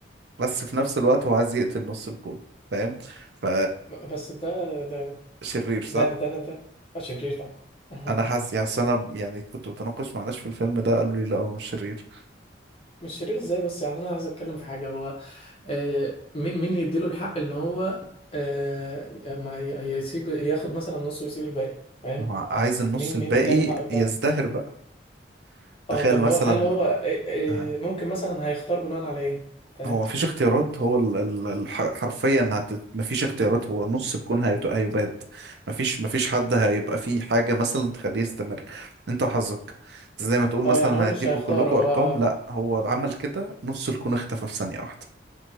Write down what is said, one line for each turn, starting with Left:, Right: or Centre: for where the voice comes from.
Right: بس في نفس الوقت هو عايز يقتل نص الكون فاهم ف
Left: ب- بس ده ده ده
Right: شرير صح
Left: ده ده انا ده ده شرير طبعا <laughs>
Right: انا حاسس يعني أصل انا يعني كنت بتناقش مع ناس في الفيلم ده قالوا لي لا هو مش شرير
Left: مش شرير ازاي بس يعني انا عايز اتكلم في حاجة هو آه مين مين يديله الحق ان هو آه ما ي- يسيب ياخد مثلا نص ويسيب الباقي فاهم
Right: ما هو عايز النص
Left: مين
Right: الباقي
Left: مين اداله الحق في ده
Right: يزدهر بقى تخيل
Left: اه طب
Right: مثلا
Left: هو هل هو إيه إيه
Right: آه،
Left: ممكن مثلا هيختار بناء على ايه فاهم
Right: هو مفيش اختيارات هو ال- ال- الح- حرفيا هت... مفيش اختيارات هو نص الكون هيت... هيباد مفيش مفيش حد هيبقى فيه حاجة مثلا تخليه يستمر انت وحظك زي ما تقول مثلا
Left: اه يعني هو مش
Right: هيديكوا
Left: هيختار
Right: كلكوا
Left: هو
Right: ارقام لا هو عمل كده نص الكون اختفى في ثانية واحدة